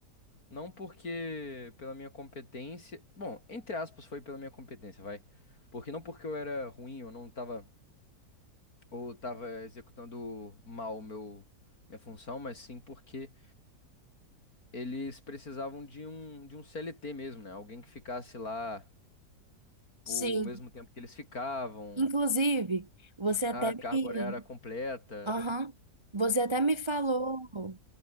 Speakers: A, on the left; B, on the right.
A: não porque pela minha competência. Bom, entre aspas, foi pela minha competência, vai. Porque não porque eu era ruim, eu não tava. Ou tava executando mal o meu, minha função, mas sim porque eles precisavam de um, de um CLT mesmo, né? Alguém que ficasse lá
B: Sim.
A: por o mesmo tempo que eles ficavam,
B: Inclusive, você até
A: a carga
B: me.
A: horária era completa.
B: Aham. Você até me falou